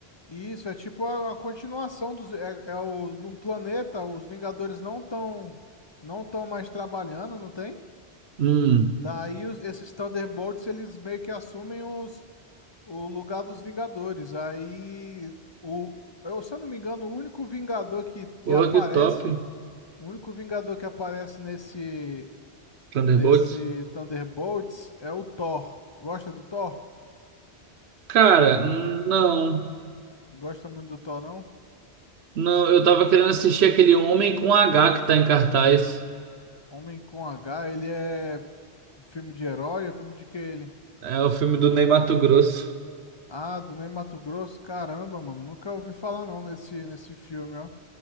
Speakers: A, on the left (about 35°); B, on the right (about 75°).
A: Isso, é tipo a, a continuação dos. É, é o, num planeta, os Vingadores não estão não estão mais trabalhando, não tem?
B: Hum,
A: Daí os- esses Thunderbolts, eles meio que assumem os, o lugar dos Vingadores. Aí, o, eu, se eu não me engano, o único Vingador que, que
B: pô,
A: aparece,
B: que top.
A: o único Vingador que aparece nesse,
B: Thunderbolts.
A: nesse Thunderbolts é o Thor. Gosta do Thor?
B: Cara, hum, não.
A: Não Gosta muito do Thor, não?
B: Não, eu tava querendo assistir aquele Homem com H que tá em cartaz.
A: Homem com H, ele é filme de herói? É filme de que ele?
B: É o filme do Ney Matogrosso,
A: Ah, do Ney Matogrosso? Caramba, mano, nunca ouvi falar não nesse, nesse filme, ó.